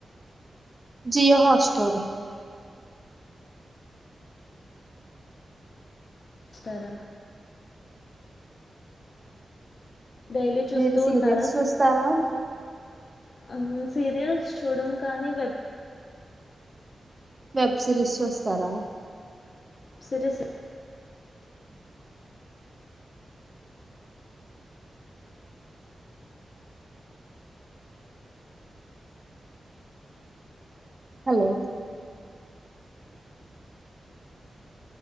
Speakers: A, on the right (about 25°); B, on the left (about 60°).
A: జి హాస్టోరీ
B: స్టారా డైలీ చూస్తూ
A: మీరు సీరియల్స్
B: ఉన్నారస్
A: చూస్తారా
B: అ సీరియల్స్ చూడం కానీ వెబ్
A: వెబ్ సిరీస్ చూస్తారా
B: సిరిస్
A: హలో